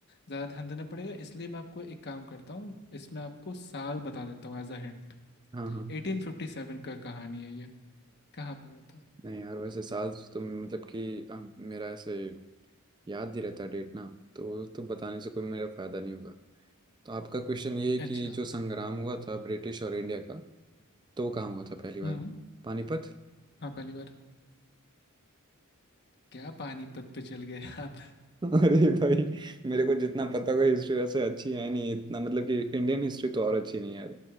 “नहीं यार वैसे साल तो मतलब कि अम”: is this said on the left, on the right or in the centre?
Right